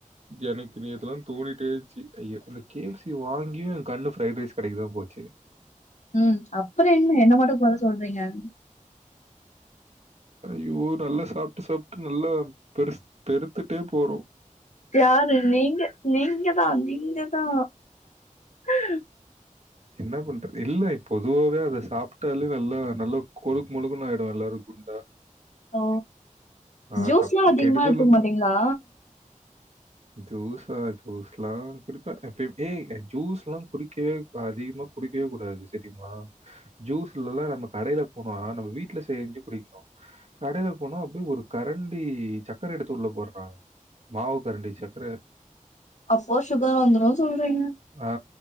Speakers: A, on the right; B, on the left.
A: எனக்கு நீ இதெல்லா தோணிட்டே இருந்துச்சு ஐயா இந்த கே எஃ சி வாங்கியு கண்ணு ஃபிரைட் ரைஸ் கடைக்குதா போச்சு
B: ம் அப்புற என்ன என்ன மட்டு கொற சொல்றீங்க <inaudible>
A: ஐயோ நல்லா சாப்ட்டு சாப்ட்டு நல்லா பெரு பெருத்துட்டே போறோ
B: யாரு நீங்க நீங்கதா நீங்கதா ம்
A: என்ன பண்ற இல்ல பொதுவாவே அத சாப்ட்டாலே நல்லா நல்லா கொழுக் மொழுக்னு ஆயிடு எல்லாரு குண்டா
B: ஓ
A: ஆ
B: ஜூஸ்ல்லா
A: தப்பு
B: அதிகமா
A: கெடுதலும்
B: எடுத்துக்க மாட்டீங்களா
A: கூட. ஜூஸா ஜூஸ்லா குடிப்ப ஏ ஜூஸ்லா குடிக்வே அதிக குடிக்வே கூடாது சரிமா ஜூஸ்லல்லா நம்ம கடையில போனா நம்ம வீட்ல செஞ்சு குடிக்ணு கடைல போனோ அப்டி ஒரு கரண்டி சக்கர எடுத்து உள்ள போட்றாங்க மாவு கரண்டி சக்கர
B: அப்போ சுகர் வந்துரு சொல்றீங்க
A: ஆ